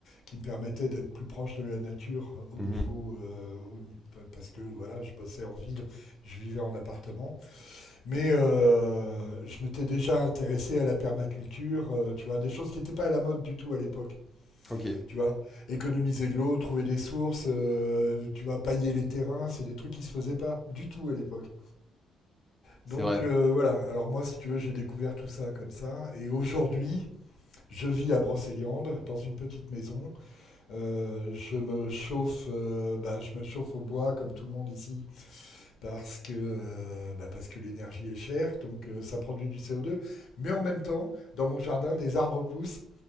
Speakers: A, on the left; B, in the centre.
A: qui me permettaient d'être plus proche de la nature au
B: Mhm.
A: niveau, euh, au ni- pa- parce que voilà, je passais en ville, je vivais en appartement, mais euh, je m'étais déjà intéressé à la permaculture, euh, tu vois, des choses qui n'étaient pas à la mode du tout à l'époque.
B: Ok,
A: Tu vois, économiser de l'eau, trouver des sources, euh, tu vois, pailler les terrains, c'est des trucs qui se faisaient pas du tout à l'époque.
B: c'est
A: Donc
B: vrai.
A: euh, voilà, alors moi, si tu veux, j'ai découvert tout ça comme ça. Et aujourd'hui, je vis à Brocéliande, dans une petite maison. Euh, je me chauffe, euh, bah, je me chauffe au bois, comme tout le monde ici, parce que, euh, bah, parce que l'énergie est chère, donc euh, ça produit du CO2. Mais en même temps, dans mon jardin, des arbres poussent.